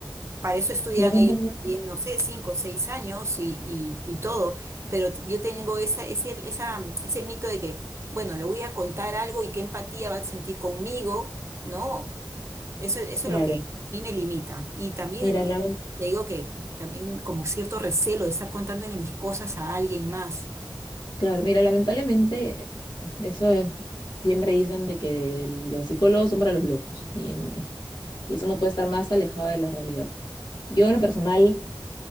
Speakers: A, on the right; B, on the left.
A: para eso estudian
B: lamentablemente,
A: ellos también, no sé, cinco o seis años y, y- y todo. Pero t- yo tengo esa, ese, esa, ese mito de que, bueno, le voy a contar algo y qué empatía va a sentir conmigo, ¿no? Eso, eso
B: claro,
A: es lo que a mí me limita. Y también,
B: mira,
A: honestamente,
B: lamen-
A: te digo que también como cierto recelo de estar contándole mis cosas a alguien más.
B: claro, mira, lamentablemente, eso es- siempre dicen de que los psicólogos son para los locos, y, y eso no puede estar más alejado de la realidad. Yo en lo personal